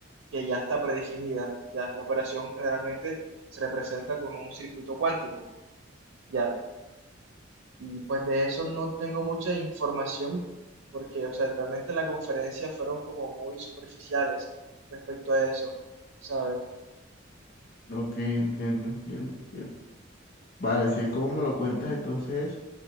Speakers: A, on the right (about 80°); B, on the left (about 50°).
A: que ya está predefinida. Ya, la operación generalmente se representa con un circuito cuántico. Ya. Y pues de eso no tengo mucha información porque, o sea, realmente en la conferencia fueron como muy superficiales respecto a eso, ¿sabes?
B: Ok, entiendo, entiendo, entiendo. Vale, si es como me lo cuentas, entonces,